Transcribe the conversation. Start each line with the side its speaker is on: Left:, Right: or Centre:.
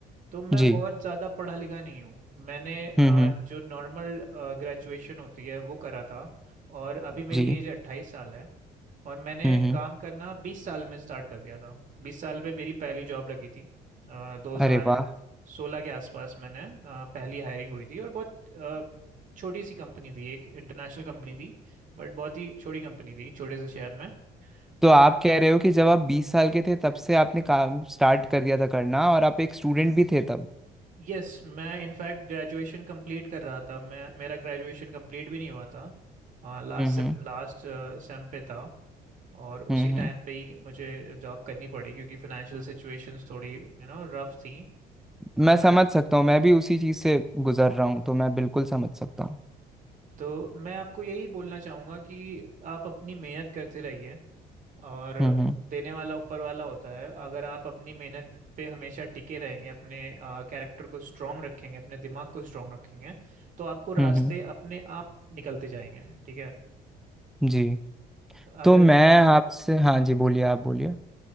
Right: तो मैं
Centre: जी
Right: बहुत ज़्यादा पढ़ा लिखा नहीं हूँ मैंने अ,
Centre: हम्म हम्म
Right: जो नॉर्मल ग्रेजुएशन होती है वो करा था और अभी मेरी
Centre: जी
Right: एज अट्ठाईस साल है और मैंने
Centre: हम्म हम्म
Right: काम करना बीस साल में स्टार्ट कर दिया था बीस साल में मेरी पहली जॉब लगी थी दो हज़ार
Centre: अरे वाह
Right: सोलह के आसपास मैंने अ, पहली हायरिंग हुई थी और बहुत अ, छोटी सी कंपनी थी एक इंटरनेशनल कंपनी थी बट बहुत ही छोटी कंपनी थी छोटे से शहर
Centre: तो
Right: में
Centre: आप कह रहे हो कि जब आप बीस साल के थे तब से आपने काम स्टार्ट कर दिया था करना और आप एक स्टूडेंट भी थे तब
Right: यस मैं इनफैक्ट ग्रेजुएशन कंप्लीट कर रहा था मैं मेरा ग्रेजुएशन कंप्लीट भी नहीं हुआ था लास्ट
Centre: हम्म
Right: सेम
Centre: हम्म
Right: लास्ट सेम पे था और
Centre: हम्म
Right: उसी टाइम
Centre: हम्म।
Right: पे ही मुझे जॉब करनी पड़ी क्योंकि फाइनेंशियल सिचुएशंस थोड़ी यू नो रफ थी
Centre: मैं
Right: बट
Centre: समझ सकता हूँ मैं भी उसी चीज़ से गुजर रहा हूँ तो मैं बिल्कुल समझ सकता हूँ
Right: तो मैं आपको यही बोलना चाहूँगा कि आप अपनी मेहनत करते रहिए और
Centre: हम्म हम्म
Right: देने वाला ऊपर वाला होता है अगर आप अपनी मेहनत पे हमेशा टिके रहेंगे अपने कैरेक्टर को स्ट्रांग रखेंगे अपने दिमाग को स्ट्रांग रखेंगे तो आपको रास्ते
Centre: हम्म हम्म।
Right: अपने आप निकलते जाएंगे ठीक है
Centre: जी
Right: अगर
Centre: तो मैं आपसे हाँ जी बोलिए आप बोलिए